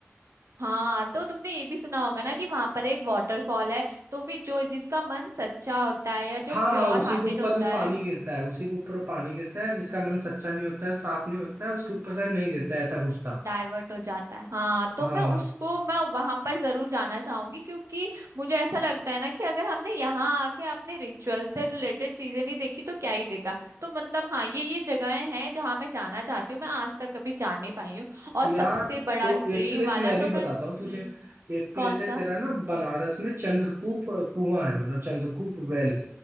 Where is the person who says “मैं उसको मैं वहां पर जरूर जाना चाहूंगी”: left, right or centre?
Right